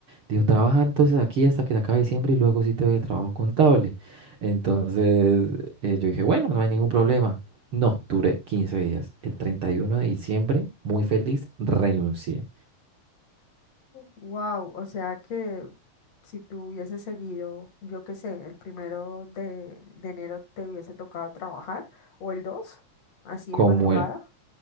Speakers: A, on the right; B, on the left.
A: Digo, trabaja entonces aquí hasta que se acabe diciembre y luego sí te doy el trabajo contable. Entonces eh, yo dije, bueno, no hay ningún problema. No, duré 15 días. El 31 de diciembre, muy feliz, renuncié.
B: Wow, o sea que si tú hubieses seguido, yo qué sé, el primero de, de enero te hubiese tocado trabajar o el 2, así
A: Como
B: de madrugada.
A: el,